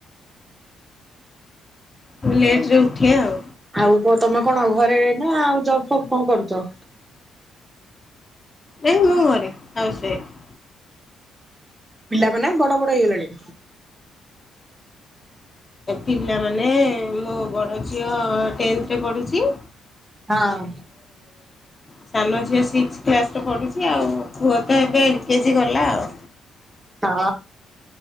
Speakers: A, on the left; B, on the right.
A: ମୁଁ ଲେଟରେ ଉଠେ ଆଉ।
B: ଆଉ କଣ ତମେ କଣ ଘରେ ନା ଆଉ ଜବ ଫବ କଣ କରୁଛ?
A: ନାଇ ମୁଁ ଘରେ ହାଉସ୍ ୱଇଫ।
B: ପିଲା ମାନେ ବଡ ବଡ ହେଇଗଲେଣି।
A: ପିଲାମାନେ ମୋ ବଡ ଝିଅ ଟେନ୍ଥରେ ପଢୁଛି।
B: ହଁ।
A: ସାନ ଝିଅ ସିକ୍ସ କ୍ଲାସରେ ପଢ଼ୁଛି ଆଉ ପୁଅ ତ ଏବେ ଏଲ୍କେଜିି ଗଲା ଆଉ।
B: ହଁ